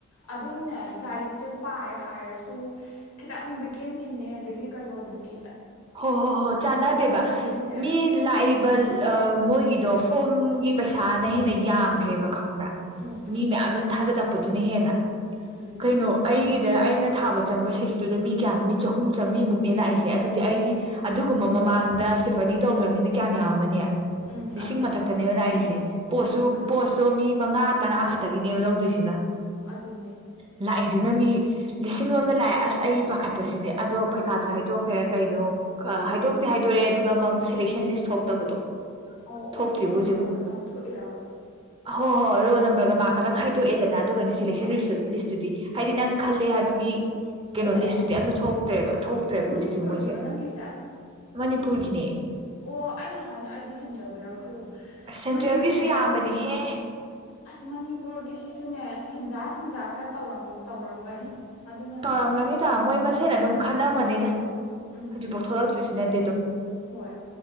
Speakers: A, on the left; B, on the right.
A: ꯑꯗꯨꯝꯅꯦ ꯂꯥꯏꯔꯤꯛꯁꯦ ꯄꯥꯏ ꯍꯥꯏꯔꯁꯨ ꯈꯤꯇꯪ ꯚꯦꯀꯦꯟꯁꯤꯅꯦ ꯑꯗꯒꯤ ꯀꯩꯅꯣꯗꯨꯅꯤ
B: ꯍꯣ ꯍꯣ ꯍꯣꯏ ꯆꯥꯟꯅꯗꯦꯕ
A: ꯇꯣꯏꯕꯒꯤꯅꯦ
B: ꯃꯤ ꯂꯥꯛꯏꯕ
A: ꯎꯝ
B: ꯑ ꯃꯣꯏ ꯒꯤꯗꯣ ꯐꯣꯝꯒꯤ ꯄꯩꯁꯥꯅ ꯍꯦꯟꯅ ꯌꯥꯝꯈꯦꯕ ꯈꯪꯕ꯭ꯔꯥ
A: ꯎꯝ ꯎꯝ
B: ꯃꯤ ꯃꯌꯥꯝꯗꯨꯅ
A: ꯎꯝ
B: ꯊꯥꯖꯤꯜꯂꯛꯄꯗꯨꯅ ꯍꯦꯟꯅ
A: ꯎꯝ
B: ꯀꯩꯅꯣ ꯑꯩꯒꯤꯗ ꯑꯩꯅ ꯊꯥꯕ ꯆꯪꯕ ꯁꯤꯐꯇꯨꯗ ꯃꯤ ꯀꯌꯥꯅꯤ ꯃꯤ ꯆꯍꯨꯝ ꯆꯥꯝꯔꯤꯃꯨꯛꯅꯦ ꯂꯥꯛꯏꯁꯦ ꯑꯗꯨꯗꯤ ꯑꯩꯒꯤ
A: ꯎꯝ
B: ꯑꯗꯨꯒꯨꯝꯕ ꯃꯃꯥꯡꯗ ꯁꯤꯐ ꯑꯅꯤ ꯇꯧꯈ꯭ꯔꯕꯅꯤꯅ ꯀꯌꯥꯝ ꯌꯥꯝꯃꯅꯦ
A: ꯎꯝ
B: ꯂꯤꯁꯤꯡ
A: ꯑꯗꯨꯅꯦ
B: ꯃꯊꯛꯇꯅꯦꯕ ꯂꯥꯛꯏꯁꯦ ꯄꯣꯠꯁꯨ
A: ꯑꯁ
B: ꯄꯣꯠꯁꯨ ꯃꯤ ꯑꯩ ꯃꯉꯥ ꯇꯔꯥ ꯈꯛꯇꯒꯤꯅꯦꯕ ꯂꯧꯗꯣꯏꯁꯤꯅ
A: ꯑꯗꯨꯅꯦ
B: ꯂꯥꯛꯏꯗꯨꯅ ꯃꯤ ꯂꯤꯁꯤꯡ ꯑꯃ ꯂꯥꯛꯑꯦ ꯑꯁ ꯑꯩ ꯄꯥꯈꯠꯄꯁꯤꯗꯤ ꯑꯗꯣ ꯄꯩꯈꯥꯗꯣ ꯍꯥꯏꯗꯣꯛꯈ꯭ꯔꯦ ꯀꯩꯅꯣ ꯍꯥꯏꯗꯣꯛꯇꯦ ꯍꯥꯏꯗꯣꯔꯛꯑꯦ ꯑꯗꯨꯒ ꯃꯥꯕꯨ ꯁꯦꯂꯦꯛꯁꯟ ꯂꯤꯁ ꯊꯣꯛꯇꯕꯗꯣ
A: ꯑꯧ ꯑꯣ
B: ꯊꯣꯛꯇ꯭ꯔꯤꯕ
A: ꯅꯔꯣꯜ ꯅꯝꯕꯔ ꯈꯛꯇꯪ ꯊꯣꯛꯏꯔꯕ
B: ꯍꯣ ꯍꯣ ꯔꯣꯜ ꯅꯝꯕꯔꯒ ꯃꯥꯛ ꯈꯛꯇꯪ ꯍꯥꯏꯗꯣꯛꯑꯦꯗꯅ ꯑꯗꯨ ꯁꯦꯂꯦꯛꯁꯟ
A: ꯑꯥ
B: ꯂꯤꯁꯇꯨꯗꯤ ꯍꯥꯏꯗꯤ ꯅꯪ ꯈꯜꯂꯦ ꯍꯥꯏꯕꯒꯤ ꯀꯩꯅꯣ
A: ꯑꯣ ꯑꯣ
B: ꯂꯤꯁꯇꯨꯗꯤ ꯑꯝꯇ ꯊꯣꯛꯇ꯭ꯔꯦꯕ ꯊꯣꯛꯇ꯭ꯔꯦꯕ
A: ꯑꯣ ꯃꯅꯤꯄꯨꯔꯒꯤꯔꯣ
B: ꯍꯧꯖꯤꯛꯁꯦ ꯃꯣꯏꯁꯦ
A: ꯅꯪꯒꯤꯁꯦ
B: ꯃꯅꯤꯄꯨꯔꯒꯤꯅꯦ
A: ꯑꯣ ꯑꯩꯅ ꯍꯥꯏꯅ ꯑꯩꯗꯤ ꯁꯦꯟꯇ꯭ꯔꯦꯜꯒꯤꯔ ꯈꯜꯂꯨꯕ
B: ꯁꯦꯟꯇ꯭ꯔꯦꯜꯒꯤꯁꯨ
A: ꯃꯅꯤꯄꯨꯔꯒꯤ
B: ꯌꯥꯝꯕꯅꯦꯍꯦ
A: ꯑꯁ ꯑꯁ ꯃꯅꯤꯄꯨꯔꯒꯤ ꯁꯤꯁꯨꯅꯦ ꯁꯦꯟꯖꯥ ꯊꯨꯝꯖꯥ ꯈꯔ ꯇꯧꯔꯝꯒꯅꯤ ꯑꯗꯨꯅꯅꯦ
B: ꯇꯧꯔꯝꯒꯅꯤ ꯇꯥ ꯃꯣꯏ ꯃꯁꯦꯟ
A: ꯎꯝ
B: ꯑꯗꯨꯝ ꯈꯜꯂꯝꯃꯅꯤꯗ
A: ꯎꯝ
B: ꯍꯧꯖꯤꯛꯐꯥꯎ ꯊꯣꯛꯂꯛꯇ꯭ꯔꯤꯁꯤ ꯅꯗꯤ ꯑꯗꯨꯝ
A: ꯍꯣꯏ